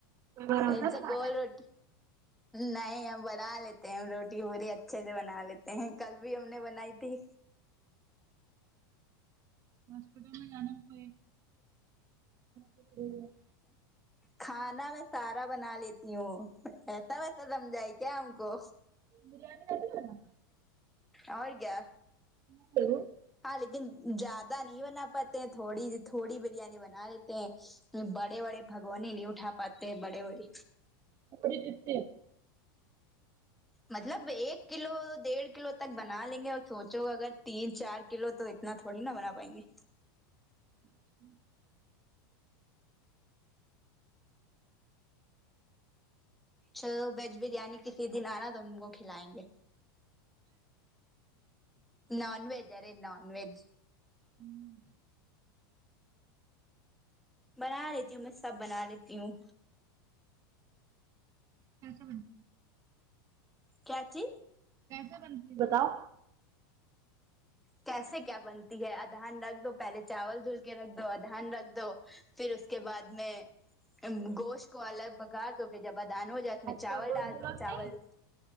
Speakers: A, on the right; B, in the centre.
A: بھروسہ
B: اٹس ا
A: تمہارا
B: گول روٹی نہیں ہم بنا لیتے ہیں روٹی پوری اچھے سے بنا لیتے ہیں کل بھی ہم نے بنائی تھی
A: ہاسپٹل میں جانا کوئی <unintelligible>
B: کھانا میں سارا بنا لیتی ہوں ایسا ویسا سمجھا ہے کیا ہم کو
A: بریانی اتی ہے بنانے
B: اور کیا
A: <unintelligible>
B: ہاں لیکن زیادہ نہیں بنا پاتے ہیں تھوڑی تھوڑی بریانی بنا لیتے ہیں بڑے بڑے بھگونے نہیں اٹھا پاتے ہیں بڑے بڑے
A: تھوڑی کتی
B: مطلب ایک کلو ڈیڑھ کلو تک بنا لیں گے اور سوچو اگر تین چار کلو تو نہ تھوڑی نا بنا پاےگے
A: ھمم
B: چلو ویج بریانی کسی دن آنا تو ہم تم کو کھلائیں گے نان وج ارے نان وج
A: ھمم
B: بنا لیتی ہوں میں سب بنا لیتی ہوں
A: کیسا بنتا
B: کیا چی
A: کیسے بنتا بتاؤ
B: کیسے کیا بنتی ہے ادھان رکھ دو پہلے چاول دھل کے رکھ دو ادھان رکھ دو پھر اس کے بعد میں گوشت کو الگ پکا تو پھر جب ادھان ہو جائے اس میں
A: اچھا
B: چاول
A: گوشت
B: ڈال
A: دھلو
B: دو
A: گی
B: چاول
A: نہیں